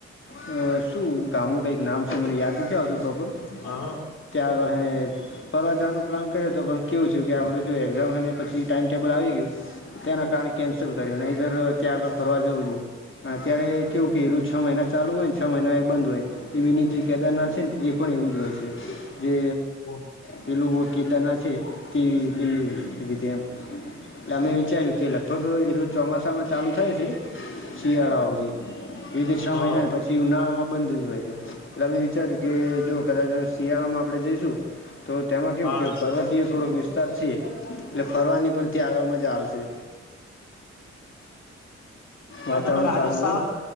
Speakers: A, on the left (about 45°); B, on the left (about 85°).
A: અ શું ગામ નું કઈક નામ છે મને યાદ નથી આવતું પ્રોપર.
B: હા
A: ત્યાં આગળ હે ફરવા જવાનો પ્લાન કર્યો તો પણ કેવું છે કે આપણેું જો એક્ઝામ હે ને પછી ટાઈમ ટેબલ આવી ગયું, તેના કારણે કેન્સલ કર્યું નહીં તોર ત્યાં આગળ ફરવા જવું જો અત્યારે કેવું કે એ રુજ છ મહિના ચાલુ હોય ને છ મહિના એ બંધ હોય. એવીની જે કેદારનાથ છે ને એ પણ એવું જ હોય છે. જે
B: <unintelligible>
A: પેલું કેદારનાથ છે તે રી રીતે એમ. એટલે અમે વિચાર્યું કે લગભગ એ રું ચોમાસામાં ચાલુ થાય છે. શિયાળા હુધી છ
B: હા
A: મહિના ને પછી જે ઉનાળામાં બંધ જ હોય છે એટલે અં વિચાર્યું કે જો કદાચ શિયાળામાં આપણે જઈશું તો તેમાં કેવું
B: હા
A: કે પર્વતીય થોડોક વિસ્તાર છે એટલે ફરવાની પણ ત્યાં આગળ મજા આવશે.
B: હવે
A: વાતાવરણ
B: તમે રાજીસ્
A: સારું હોય